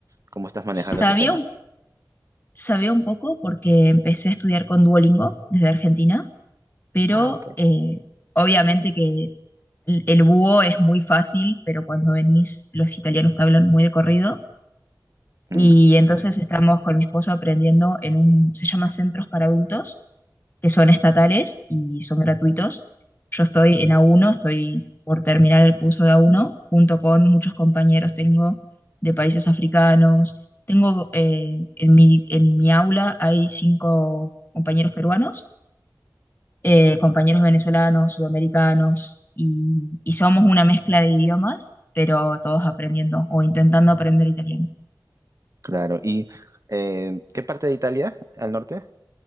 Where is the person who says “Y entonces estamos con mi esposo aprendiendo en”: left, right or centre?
Left